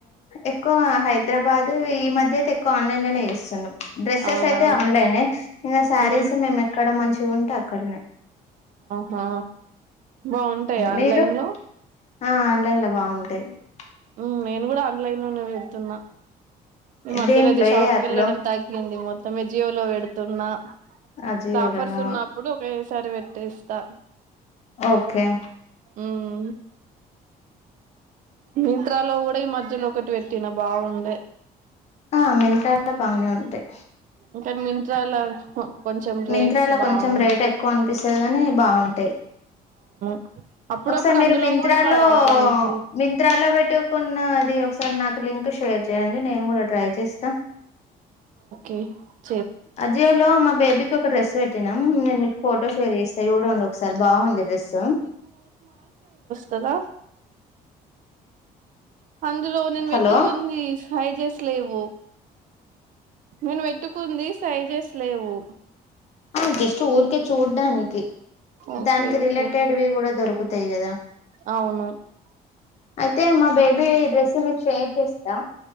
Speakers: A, on the left (about 45°); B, on the right (about 55°).
A: ఎక్కువ హైదరాబాద్ ఈ మధ్య అయితే ఎక్కువ ఆన్లైన్ లోనే చేస్తున్నాం డ్రెస్సెస్
B: అవునా
A: అయితే ఆన్లైనే ఇంకా శారీస్
B: మ్మ్
A: మేము ఎక్కడ మంచిగుంటె అక్కడనే
B: హా బాగుంటాయా ఆన్లైన్లో
A: మీరు ఆ ఆన్లైన్లో బాగుంటయి టయి
B: ఉమ్ నేను కూడా ఆన్లైన్ లోనే పెడుతున్నా ఈ మధ్యలో
A: దేంట్లో
B: అయితే షాప్కి
A: ఏ యాప్
B: వెళ్ళడం
A: లో
B: తగ్గింది మొ అజియో లో పెడుతున్న ఇపుడు
A: అజియోలోనా
B: ఆఫర్స్ ఉన్నప్పుడు ఒక సరి పెట్టస్తా
A: ఓకే
B: ఉమ్ మింత్రాలో కూడా ఈ మధ్యలో ఒకటి పెట్టిన బాగుంది
A: ఆ మింత్రాలో బానే ఉంటయి
B: ఇక మింత్రాల కొంచెం
A: మింత్రాలో
B: రేట్స్ బాగు
A: కొంచెం రేట్ ఎక్కువ అనిపిస్తయి కాని బాగుంటాయి
B: <unintelligible>
A: ఒకసారి మీరు
B: అందులో
A: మింత్రాలో
B: కూడా బారావు క్వాలిటీ
A: మింత్రాలో పెట్టుకున్నది ఒకసారి నాకు లింక్ షేర్ చేయండి నేను కూడా ట్రై చేస్తా
B: <inaudible>
A: అజియోలో మా బేబీ ఒక డ్రెస్ పెట్టినాం నేను మీకు ఫొటో షేర్ చేస్తా చూడండి ఒకసారి బాగుంది డ్రెస్
B: కదా అందులో నేను
A: హలో
B: వెతుక్కొని సైజెస్ స్ లేవ నేను పెట్టుకుంది సైజేస్ లేవు
A: ఆ జస్ట్ ఊర్కె చూడ్డానికి
B: ఓకే
A: దానికి
B: ఓకే
A: రిలేటెడ్వి కూడా దొరుకుతాయి కదా
B: అవును
A: అయితే మా బేబి ఇ మీకు షేర్ చేస్తా